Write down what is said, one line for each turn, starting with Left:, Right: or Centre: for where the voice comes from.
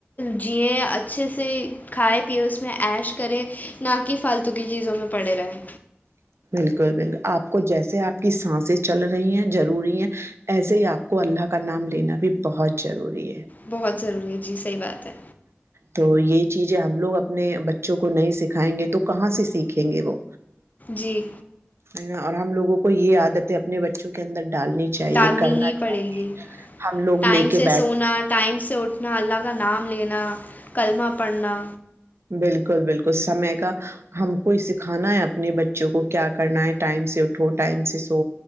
Left: جئیں اچھے سے کھائے پیئے اس میں ایش کرے نہ کہ فالتو کی چیزوں میں پڑے رہیں
Right: بالکل بالکل آپ کو جیسے آپ کی سانسیں چل رہی ہیں ضروری ہے ایسے ہی آپ کو اللہ کا نام لینا بھی بہت ضروری ہے
Left: بہت ضروری ہے جی صحی بات ہے
Right: تو یہ چیزیں ہم لوگ اپنے بچوں کو نہیں سکھائیں گے تو کہاں سے سیکھیں گے وہ
Left: جی
Right: ہے نا اور ہم لوگوں کو یہ آیاد اپنے بچوں کے اندر ڈالنی چاہیے،
Left: ڈالنی
Right: کرنا
Left: ہی پڑے
Right: چاہیے،
Left: گی
Right: ہم لوگ
Left: ٹائم
Right: لے کے
Left: سے
Right: بیٹھ
Left: سونا ٹائم سے اٹھنا نا اللہ کا نام لینا کلمہ پڑھنا
Right: بالکل بالکل سمے کا ہم کو ہی سکھانا ہے اپنے بچوں کو کیا کرنا ہے ٹائم سے اٹھو ٹائم سے سو